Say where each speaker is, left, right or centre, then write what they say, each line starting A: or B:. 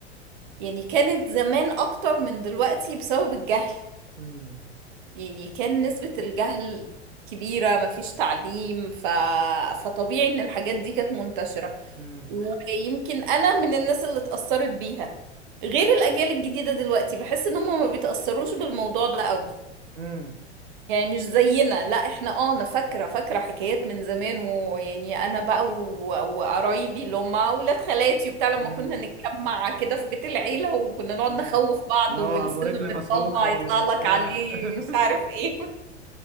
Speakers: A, on the right; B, on the right.
A: يعني كانت زمان اكتر من دلوقتي بسبب الجهل
B: امم
A: يعني كان نسبة الجهل كبيرة مفيش تعليم ف... فطبيعي ان الحاجات دي كانت منتشرة
B: امم
A: ويمكن انا من الناس اللي اتأثرت بيها غير الاجيال الجديدة دلوقتي بحس ان هم ما بيتأثروش بالموضوع ده قوي
B: امم
A: يعني مش زينا لا احنا اه انا فاكرة فاكرة حكايات من زمان ويعني انا بقى و- وقرايبي اللي هم اولاد خالاتي وبتاع لما
B: امم
A: كنا نتجمع كده في بيت العيلة وكنا نقعد
B: امم
A: نخوف بعض
B: اللي هو
A: والسلم
B: أبو رجل
A: بيتطلع
B: مسلوخة
A: يطلع
B: والنداهة
A: لك عليه
B: <laughs>
A: مش عارف ايه